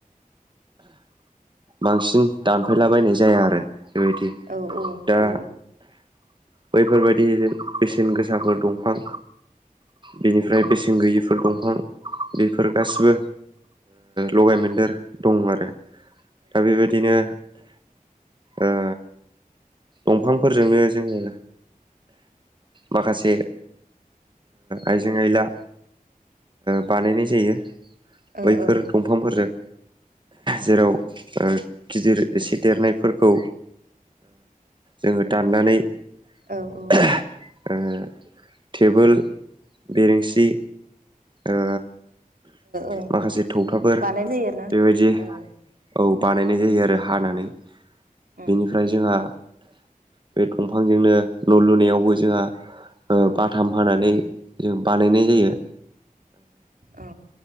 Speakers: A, on the right (about 30°); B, on the right (about 75°).
A: बांसिन दानफायलाबायनाय जाया आरो बेबायदि
B: औ
A: दा
B: औ
A: बैफोरबायदि जे बेसेन गोसाफोर दं दंफां बेनिफ्राय बेसेन गैयिफोर दंफां बेफोर गासिबो लगायमोन्देर दं आरो दा बेबायदिनो ओ दंफांफोरजोंनो जोङो माखासे आइजें आयला बानायनाय जायो
B: औ ओ
A: बैफोर
B: औ ओ
A: दंफांफोरजों जेराव गिदिर एसे देरनायफोरखौ जोङो दाननानै
B: औ औ
A: <unintelligible> टेबोल बेरेंसि ओ
B: औ
A: माखासे थौथाफोर
B: बानाय जायो आरोना
A: बेबायदि
B: ओ
A: औ बानायनाय जायो आरो हानानै
B: उम
A: बेनिफ्राय जोंहा बे दंफांजोंनो न' लुनायावबो जोंहा ओ बाथाम हानानै जों बानायनाय जायो
B: औ औ